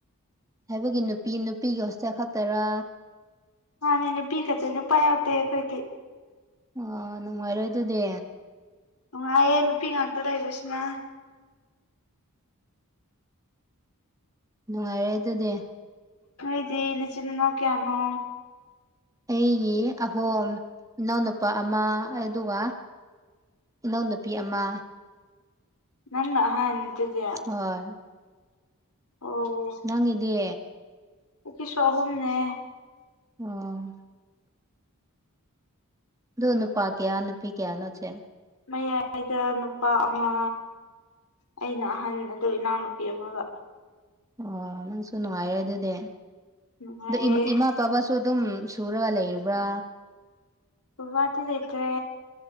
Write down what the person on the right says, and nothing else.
ꯍꯥꯏꯕꯒꯤ ꯅꯨꯄꯤ ꯅꯨꯄꯤꯒꯤ ꯍꯣꯁꯇꯦꯜ ꯈꯛꯇꯔꯥ
ꯑꯣ ꯅꯨꯡꯉꯥꯏꯔꯦ ꯑꯗꯨꯗꯤ
ꯅꯨꯡꯉꯥꯏꯔꯦ ꯑꯗꯨꯗꯤ
ꯑꯩꯒꯤ ꯑꯍꯣꯝ ꯏꯅꯥꯎꯅꯨꯄꯥ ꯑꯃ ꯑꯗꯨꯒ ꯏꯅꯥꯎꯅꯨꯄꯤ ꯑꯃ
ꯍꯣꯏ
ꯅꯪꯒꯤꯗꯤ
ꯑꯣ ꯑꯗꯣ ꯅꯨꯄꯥ ꯀꯌꯥ ꯅꯨꯄꯤ ꯀꯌꯥꯅꯣ ꯆꯦ
ꯑꯣ ꯅꯪꯁꯨ ꯅꯨꯡꯉꯥꯏꯌꯦ ꯑꯗꯨꯗꯤ
ꯑꯗꯨ ꯏꯃ ꯏꯃꯥ ꯕꯕꯥꯁꯨ ꯑꯗꯨꯝ ꯁꯨꯔꯒ ꯂꯩꯕ꯭ꯔꯥ